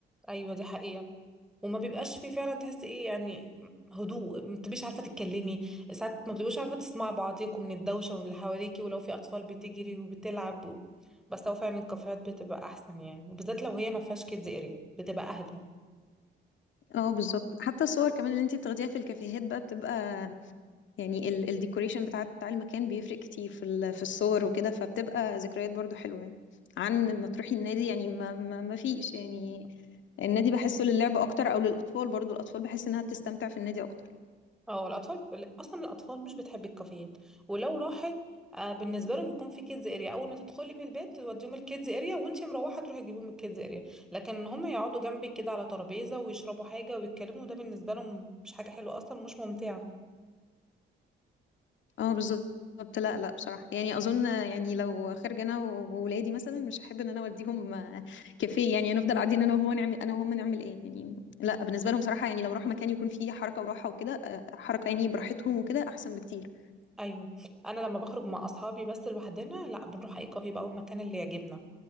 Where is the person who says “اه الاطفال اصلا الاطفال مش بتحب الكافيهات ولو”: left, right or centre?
Centre